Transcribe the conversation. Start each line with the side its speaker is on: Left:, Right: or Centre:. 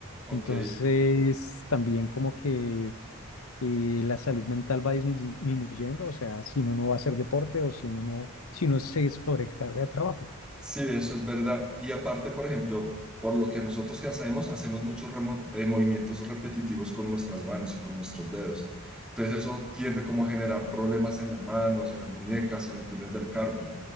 Centre: Ok,
Left: Entonces, también como que eh, la salud mental va dismi- disminuyendo, o sea, si uno no va a hacer deporte o si uno no, si uno se sobrecarga de trabajo.
Centre: Sí, eso es verdad. Y aparte, por ejemplo, por lo que nosotros que hacemos, hacemos muchos remo- eh, movimientos repetitivos con nuestras manos y con nuestros dedos. Entonces eso tiende como a generar problemas en las manos, en las muñecas, en el túnel del carpio.